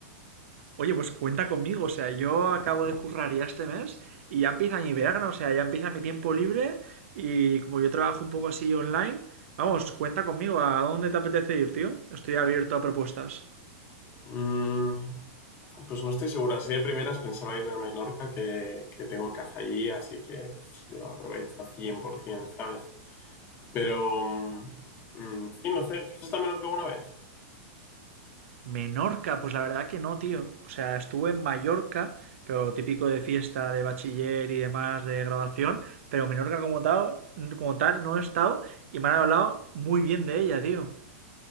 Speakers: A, on the right (about 70°); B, on the left (about 30°).
A: Oye, pues cuenta conmigo, o sea, yo acabo de currar ya este mes y ya empieza mi verano, o sea, ya empieza mi tiempo libre y como yo trabajo un poco así online, vamos, cuenta conmigo, ¿a dónde te apetece ir, tío? Estoy abierto a propuestas.
B: Mm, Pues no estoy segura. Así de primeras pensaba irme a Menorca, que, que tengo casa allí, así que pues, digo, aprovecho 100%, ¿sabes? Pero, mm, mm, sí, no sé, ¿tú has estado en Menorca alguna vez?
A: Menorca, pues la verdad que no, tío. O sea, estuve en Mallorca, pero típico de fiesta, de bachiller y demás, de graduación, pero Menorca como tal, como tal no he estado y me han hablado muy bien de ella, tío.